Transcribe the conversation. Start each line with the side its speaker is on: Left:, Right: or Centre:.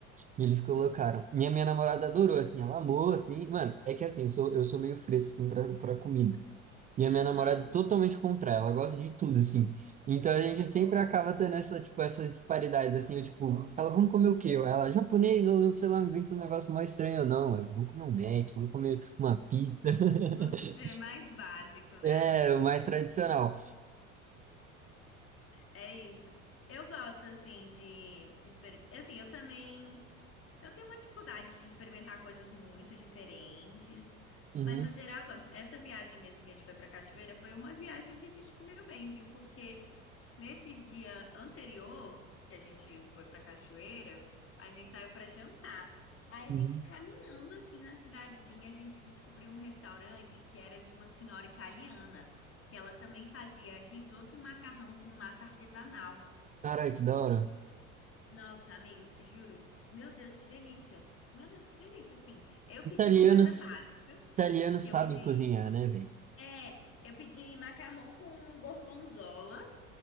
Right: E eles colocaram. Minha minha namorada adorou, assim, ela amou, assim. Mano, é que assim, eu sou, eu sou meio fresco, assim, pra, pra comida. E a
Left: Aham.
Right: minha namorada é totalmente contra ela, ela gosta de tudo, assim. Então a gente sempre acaba tendo essa, tipo, essas disparidades, assim, eu, tipo, ela, vamos comer o quê? Ela, japonês, ou sei lá, inventa um negócio mais estranho ou não, eu, vamos comer um Mac, vamos comer uma pizza. <laughs>
Left: Você é mais básico, né,
Right: É,
Left: amigo?
Right: o mais tradicional.
Left: É isso. Eu gosto, assim, de... exper- Assim, eu também... Eu tenho uma dificuldade de experimentar coisas muito diferentes,
Right: Uhum,
Left: mas no geral eu gosto. Essa viagem mesmo que a gente foi pra Cachoeira foi uma viagem que a gente comeu bem, viu? Porque Nesse dia anterior, que a gente foi pra cachoeira, a gente saiu pra jantar. Aí a
Right: uhum.
Left: gente caminhando assim na cidadezinha, a gente descobriu um restaurante que era de uma senhora italiana, que ela também fazia risoto e macarrão com massa artesanal.
Right: Caralho, que da hora.
Left: Nossa, amigo, juro, meu Deus, que delícia. Meu Deus, que delícia, assim. Eu
Right: Italianos,
Left: pedi uma coisa básica,
Right: italianos
Left: que
Right: sabem
Left: eu pedi,
Right: cozinhar, né, velho?
Left: é, eu pedi macarrão com gorgonzola